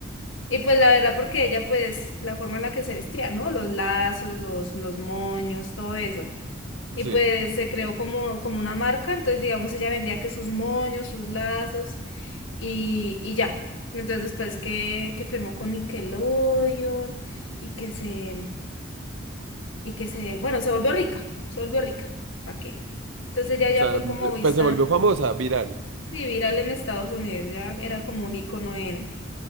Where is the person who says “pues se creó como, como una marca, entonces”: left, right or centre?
Left